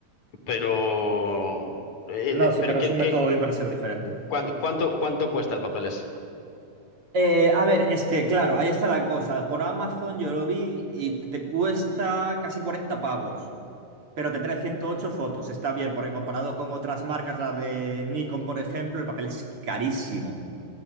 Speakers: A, on the left; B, on the right.
A: pero, eh,
B: No, sí,
A: eh, pero
B: pero
A: ¿qué,
B: es un
A: qué-
B: método de impresión diferente.
A: cuán- cuánto, cuánto cuesta el papel ese?
B: Eh, a ver, es que claro, ahí está la cosa. Por Amazon yo lo vi y te cuesta casi 40 pavos, pero te trae 108 fotos. Está bien, porque comparado con otras marcas, la de Nikon, por ejemplo, el papel es carísimo.